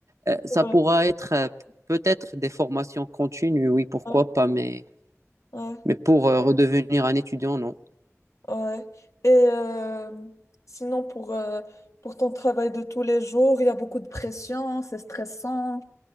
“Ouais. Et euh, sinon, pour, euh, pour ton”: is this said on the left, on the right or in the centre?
Left